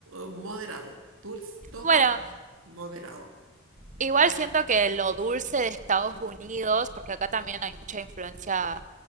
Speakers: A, on the right (about 70°); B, on the right (about 35°).
A: eh, moderado. Dulce, todo
B: Bueno,
A: moderado.
B: Igual siento que lo dulce de Estados Unidos, porque acá también hay mucha influencia